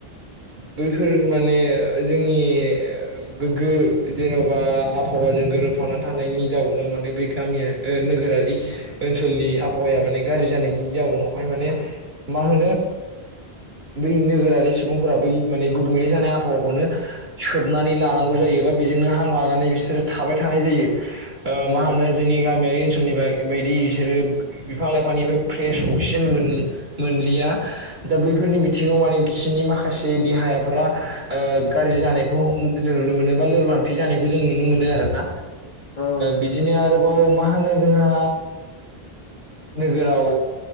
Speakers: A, on the right (about 70°); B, on the left (about 50°).
A: बैफोर माने जोंनि गोग्गो जेन'बा आबहावाजों गोरोबफानानै थानायनि जाउनाव माने बे गामिया नोगोर ओनसोलनि आबहावाया माने गाज्रि जानायनि जाउनावहाय माने मा होनो
B: <unintelligible>
A: बै नोगोरारि सुबुंफोरा बै माने गुबुंले जानाय आबहावाखौनो सोबनानै लानांगौ जायोबा बेजों बिनो हां लानानै बिसोरो थाबाय थानाय जायो।
B: उम
A: मा होनो जोंनि गामियारि ओनसोलनि बायदि बिसोरो बिफां -लाइफां आफानिफ्राय फ्रेस अक्सिजेन मोनलिया दा बैफोरनि बिथिङाव माने बिसिोरनि माखासे जे देहायाफ्रा गाज्रि जानायखौ जों नुनो मोनो बा लोरबांथि जानायखौ जों नुनो मोनो आर ना
B: उम
A: बिदिनो आरोबाव मा होनो जोंहा नोगोराव